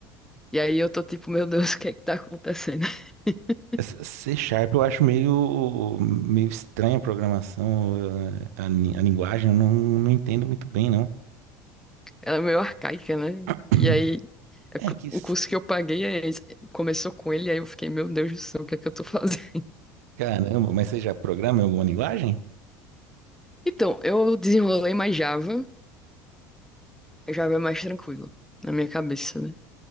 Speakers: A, in the centre; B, on the right (about 70°).
A: E aí eu tô tipo, meu Deus, <laughs> o que é que tá acontecendo? <laughs>
B: Essa C Sharp eu acho meio, meio estranha a programação, eh, a, lin- a linguagem, eu não, não entendo muito bem, não.
A: Ela é meio arcaica, né?
B: <clears throat>
A: E aí, é
B: É
A: porque
B: que, s-
A: o curso que eu paguei é esse. começou com ele, aí eu fiquei, meu Deus do céu, o que é que eu tô fazendo? <laughs>
B: caramba, mas você já programa em alguma linguagem?
A: Então, eu desenrolei mais Java, Já é mais tranquilo, na minha cabeça, né?